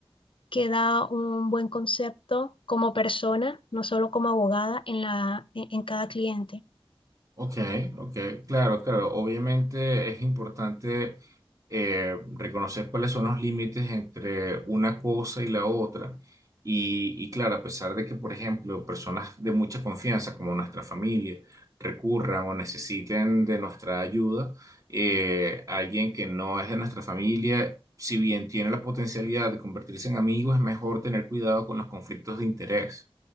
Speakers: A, on the left; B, on the right.
A: queda un buen concepto como persona, no solo como abogada, en la, en, en cada cliente.
B: Ok, ok, claro, claro. Obviamente es importante eh, reconocer cuáles son los límites entre una cosa y la otra. Y, y claro, a pesar de que, por ejemplo, personas de mucha confianza, como nuestra familia, recurran o necesiten de nuestra ayuda, eh, alguien que no es de nuestra familia, si bien tiene la potencialidad de convertirse en amigo, es mejor tener cuidado con los conflictos de interés.